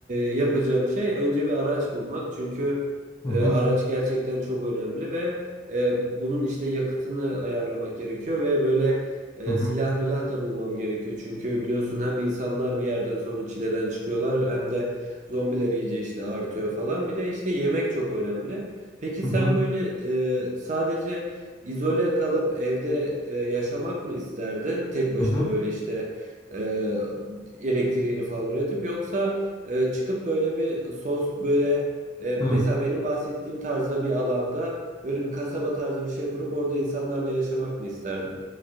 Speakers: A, on the right; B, on the left.
A: yapacağım şey önce bir araç bulmak. Çünkü
B: hı
A: e, araç gerçekten çok önemli ve e, bunun işte yakıtını ayarlamak gerekiyor ve böyle e,
B: hı hı
A: silah milah da bulmam gerekiyor. Çünkü biliyorsun hem insanlar bir yerden sonra çileden çıkıyorlar hem de zombiler iyice işte artıyor falan. Bir de işte yemek çok önemli. Peki
B: hı
A: sen böyle e, sadece izole kalıp evde e, yaşamak mı isterdin? Tek başına
B: hı hı.
A: böyle işte e, elektriğini falan üretip yoksa e, çıkıp böyle bir sos böyle e, mesela
B: hı.
A: benim bahsettiğim tarzda bir alanda Böyle bir kasaba tarzı bir şey kurup orada insanlarla yaşamak mı isterdin?